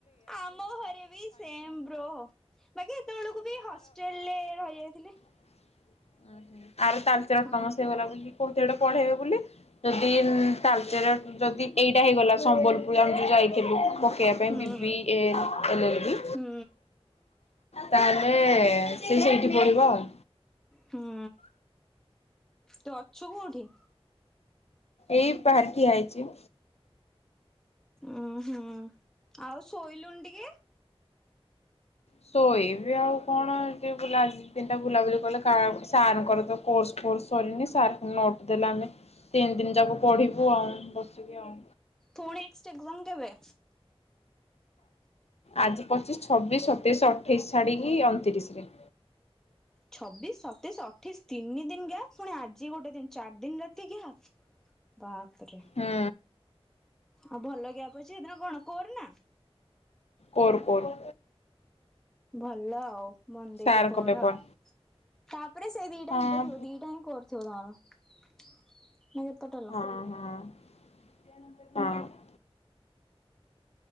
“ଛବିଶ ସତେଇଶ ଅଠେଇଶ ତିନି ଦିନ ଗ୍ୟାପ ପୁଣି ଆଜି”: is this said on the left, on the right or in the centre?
Centre